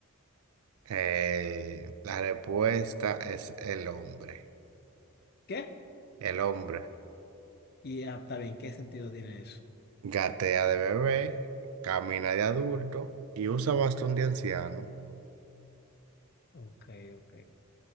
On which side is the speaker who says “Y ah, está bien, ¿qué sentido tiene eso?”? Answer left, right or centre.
Left